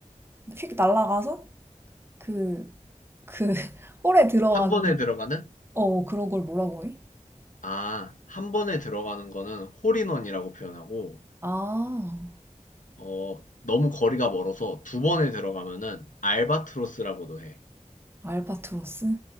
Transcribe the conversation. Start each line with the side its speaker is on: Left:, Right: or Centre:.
Right: 휙 날아가서 그, 그, <laughs> 홀에 들어가는
Left: 한 번에 들어가는?
Right: 어, 그런 걸 뭐라고 해?
Left: 아, 한 번에 들어가는 거는 홀인원이라고 표현하고,
Right: 아,
Left: 어 너무 거리가 멀어서 두 번에 들어가면은 알바트로스라고도 해.
Right: 알바트로스?